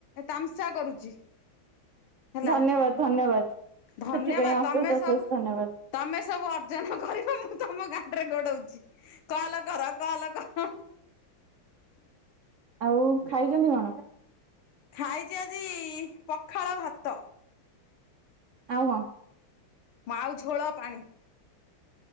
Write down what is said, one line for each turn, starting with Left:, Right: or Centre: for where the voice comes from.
Left: ତାମସା କରୁଛି। ହେଲା
Right: ଧନ୍ୟବାଦ ଧନ୍ୟବାଦ
Left: ଧନ୍ୟବାଦ
Right: ସେଥିପାଇଁ ଅଶେଷ
Left: ତମେ
Right: ଅଶେଷ
Left: ସବୁ
Right: ଧନ୍ୟବାଦ।
Left: ତମେ ସବୁ ଅର୍ଜନ କର ମୁଁ ତମ ଗାଣ୍ଡରେ ଗୋଡଉଛି। କଲ କର କଲ କର।
Right: ଆଉ ଖାଇଛନ୍ତି କଣ?
Left: ଖାଇଛି ଆଜି ପଖାଳ ଭାତ।
Right: ଆଉ କ?
Left: ମା ଆଉ ଝୋଳ ପାଣି।